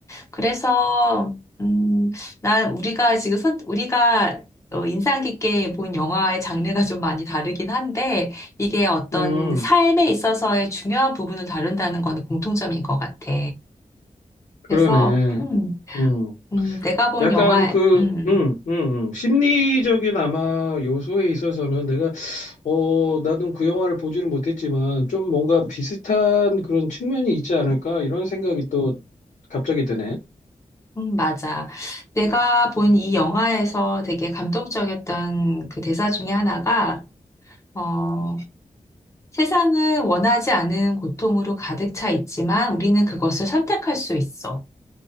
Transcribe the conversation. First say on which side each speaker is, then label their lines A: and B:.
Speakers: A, on the left; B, on the left.
A: 그래서, 음, 난 우리가 지금 선, 우리가 어, 인상 깊게 본 영화의 장르가 좀 많이 다르긴 한데, 이게 어떤
B: 음,
A: 삶에 있어서의 중요한 부분을 다룬다는 거는 공통점인 것 같아.
B: 그러네.
A: 그래서, 음,
B: 음,
A: 음, 내가 본
B: 약간
A: 영화,
B: 그,
A: 음, 음,
B: 음, 음, 음, 심리적인 아마 요소에 있어서는 내가, 어, 나는 그 영화를 보지를 못했지만 좀 뭔가 비슷한 그런 측면이 있지 않을까? 이런 생각이 또 갑자기 드네.
A: 음, 맞아. 내가 본 이 영화에서 되게 감동적이었던 그 대사 중에 하나가, 어, 세상은 원하지 않은 고통으로 가득 차 있지만 우리는 그것을 선택할 수 있어.